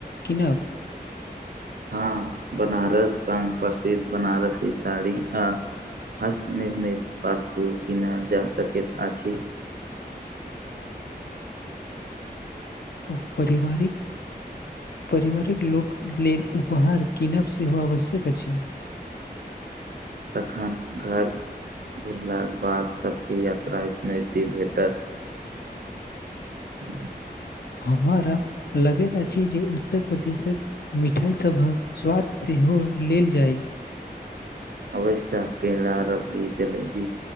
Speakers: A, on the left; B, on the right.
A: किनब
B: हँ बनारस सँ प्रसिद्ध बनारसी साड़ी आ हस्त निर्मित वास्तु किनल जा सकैत अछि
A: ओ परिवारिक परिवारिक लोक लेल उपहार किनब सेहो आवश्यक अछि
B: तखन घर घुरलाक बाद सभके यात्रा स्मृति भेटत ह <inaudible>
A: हमरा लगैत अछि जे उत्तर प्रदेशक मिठाई सभक स्वाद से हो लेल जाइ
B: अवश्य पेड़ा रबड़ी जलेबी